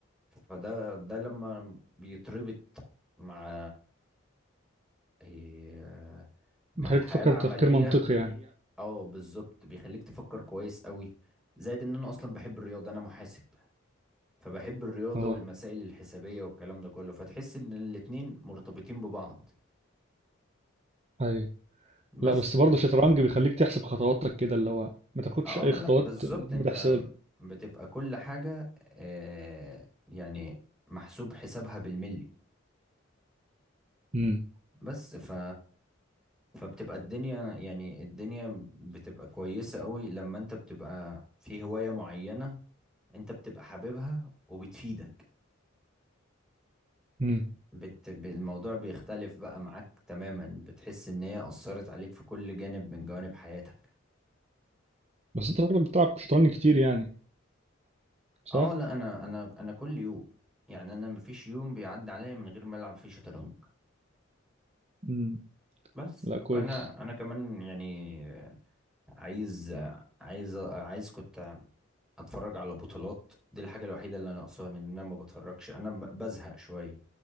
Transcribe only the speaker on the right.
بيخليك
تفكر
بتفكير منطقي يعني
اه
ايوه
لا بس برضه الشطرنج بيخليك تحسب خطواتك كده اللي هو ما تاخدش
اي خطوات
ما
تحسبها
امم
امم
بس انت راجلك بتلعب شطرنج كتير يعني صح
امم
لا كويس